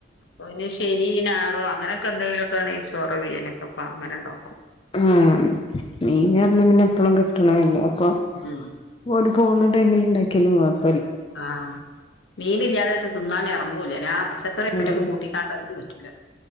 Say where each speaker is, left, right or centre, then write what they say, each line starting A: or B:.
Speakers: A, on the left; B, on the left.
A: ഓൺ പിന്നെ ശനി ഞായർ അങ്ങനെയൊക്കെ എന്തെങ്കിലുംക്കെ നൈ ച്ചോറോ ബിരിയാണി യോ ക്കെ അങ്ങനെണ്ടോക്കോ
B: ആഹ മീ ൻ ന്ന് പറഞ്ഞ പിന്നെ എപ്പഴും കിട്ടണല്ലോ അപ്പ
A: ഉം
B: ഒരു പോണ ടൈമിൽ ഉണ്ടാക്കിയാലും മതി
A: ആഹ മീനല്ലാതെ തിുന്നാാനേ ഇറങ്ങൂല്ല പച്ചക്കറ ആട്ടൊക്കെ
B: ആഹ്
A: കൂട്ടിക്കാണ്ടാക്കൻ പറ്റില്ല